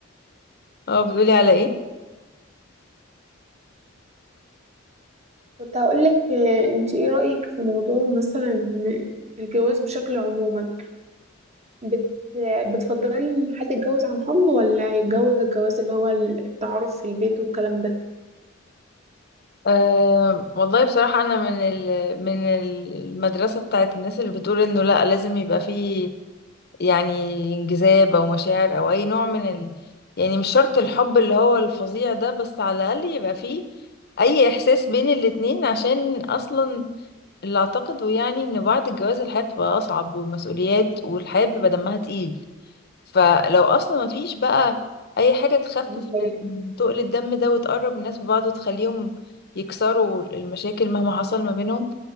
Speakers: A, on the left; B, on the right.
A: اه بتقولي على ايه
B: كنت هقولك آه، انت ايه رأيك في موضوع مثلا إن الجواز بشكل عموما بت بتفضلي ان حد يتجوز عن حب ولا يتجوز الجواز اللي هو التعارف في البيت والكلام ده
A: أه والله بصراحة أنا من ال من المدرسة بتاعت الناس اللي بتقول إنه لأ لازم يبقى فيه يعني انجذاب او مشاعر او اي نوع من ال... يعني مش شرط الحب اللي هو الفظيع ده بس على الاقل يبقى فيه اي احساس بين الاتنين عشان اصلا اللي اعتقده يعني ان بعد الجواز الحياة بتبقى اصعب والمسؤوليات والحياة بيبقى دمها تقيل فلو اصلا ما فيش بقى اي حاجة تخفف
B: بالنسبة لي.
A: من تقل الدم ده وتقرب الناس ببعض وتخليهم يكسروا المشاكل مهما حصل ما بينهم